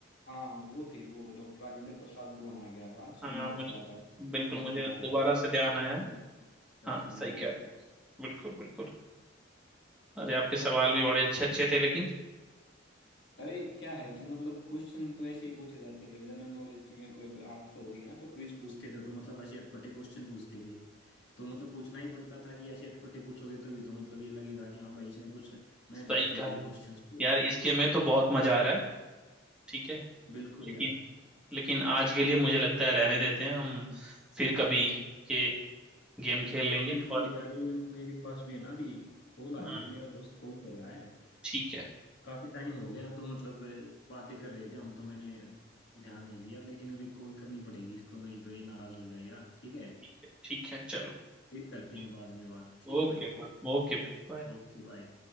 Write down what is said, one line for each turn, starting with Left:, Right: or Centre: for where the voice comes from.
Left: हाँ वो थे वो डॉक्टर राजेंद्र प्रसाद को बनाया गया था संविधान
Centre: हाँ मुझे
Left: सभा का अध्यक्ष
Centre: बिल्कुल मुझे
Left: बनाया
Centre: दोबारा
Left: गया था
Centre: से ध्यान आया
Left: डॉक्टर प्रसाद
Centre: हाँ
Left: को
Centre: सही
Left: बनाया गया
Centre: कह रहे
Left: था
Centre: हो बिल्कुल बिल्कुल अरे आपके सवाल भी बड़े अच्छे अच्छे थे लेकिन
Left: अरे क्या है कि मतलब क्वेश्चन तो ऐसे ही पूछे जाते हैं भाई जनरल नॉलेज की मेरे को आदत हो गई है ना तो क्विज पूछते थे तो मतलब ऐसे अटपटे क्वेश्चन पूछते थे तो मतलब पूछना ही पड़ता था कि ऐसे अटपटे पूछोगे तभी तो मतलब ये लगेगा कि हाँ भाई इसने कुछ मेहनत
Centre: सही
Left: की
Centre: कहा
Left: है कि क्वेश्चंस पे
Centre: यार इस गेम में तो बहुत मजा आ रहा है ठीक है
Left: बिल्कुल
Centre: लेकिन
Left: यार
Centre: लेकिन आज के लिए मुझे लगता है रहने देते हैं हम फिर कभी ये गेम खेल
Left: हाँ
Centre: लेंगे
Left: बिल्कुल
Centre: और
Left: यार ये मेरे पास भी है ना अभी कॉल आ
Centre: हाँ
Left: रही है मेरा दोस्त कॉल कर रहा है
Centre: ठीक है
Left: काफी टाइम हो गया तो मतलब बातें कर रहे थे हम तो मैंने ध्यान नहीं दिया लेकिन अभी कॉल करनी पड़ेगी इसको नहीं तो ये नाराज हो जाएगा ठीक है
Centre: ठीक है ठीक है चलो
Left: फिर करते
Centre: ठीक।
Left: हैं बाद में बात ठीक है
Centre: ओके
Left: भाई
Centre: बाय ओके भाई, बाय
Left: वो किस लायन